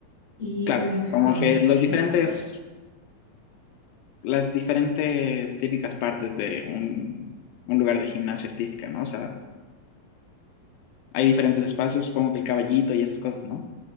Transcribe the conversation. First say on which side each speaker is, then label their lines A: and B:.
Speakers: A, on the left; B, on the left.
A: y
B: Claro,
A: obviamente
B: como
A: con
B: que los
A: el
B: diferentes,
A: factor.
B: las diferentes típicas partes de un, un lugar de gimnasia artística, ¿no? O sea, hay diferentes espacios, supongo que el caballito y esas cosas, ¿no?